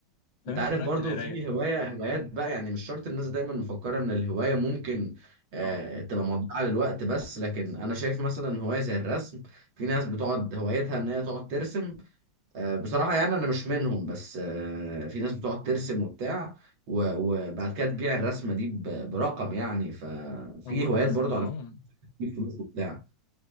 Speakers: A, on the left (about 70°); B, on the right (about 70°).
A: طب
B: انت
A: انت
B: عارف
A: ايه رايك
B: برضو
A: في القرايه
B: في هواية هوايات بقى يعني مش شرط الناس دايما مفكرة ان الهواية ممكن آه،
A: اه
B: تبقى مضيعة للوقت بس لكن انا شايف مثلا هواية زي الرسم في ناس بتقعد هوايتها ان هي تقعد ترسم آه، بصراحة يعني انا مش منهم بس آه، في ناس بتقعد ترسم وبتاع و- وبعد كده تبيع الرسمة دي ب- برقم يعني ففي
A: هو
B: هوايات
A: الرسم
B: برضو
A: اه
B: على فكرة بتجيب فلوس وبتاع